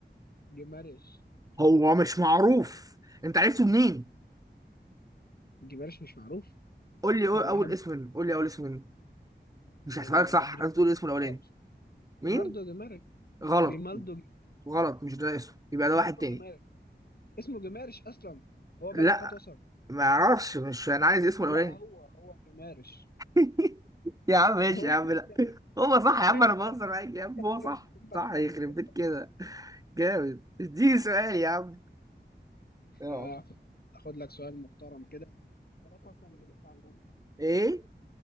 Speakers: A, on the left (about 55°); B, on the right (about 20°).
A: جيمارش
B: هو مش معروف انت عرفته منين
A: جيمارش مش معروف
B: قول لي أول
A: انا بحبه
B: أول اسم منه قول لي أول اسم منه مش
A: آه،
B: هحسبها لك صح
A: جريمالدو
B: لازم تقول اسمه الأولاني
A: جمارش
B: مين؟
A: جماردو جمارش
B: غلط
A: جريمالدو جمارش.
B: غلط مش ده اسمه يبقى ده واحد
A: اسمه
B: تاني
A: جمارش اسمه جمارش اصلا هو بيلعب
B: لا
A: خط وسط
B: ما أعرفش مش أنا عايز اسمه
A: لا
B: الأولاني
A: هو هو جمارش
B: <laughs> يا عم ماشي
A: <laughs> هو
B: يا
A: اللي-
B: عم لا هو صح يا عم
A: هو اللي-
B: انا بهزر
A: لا
B: معاك يا عم
A: انت
B: هو
A: خسرت
B: صح
A: انت
B: صح
A: خسرت
B: يخرب
A: انت
B: بيت
A: خسرت
B: كده جامد اديني سؤال يا عم اه
A: آه، اخد لك سؤال محترم كده ثلاثة أصلاً اللي بتاعتك.
B: ايه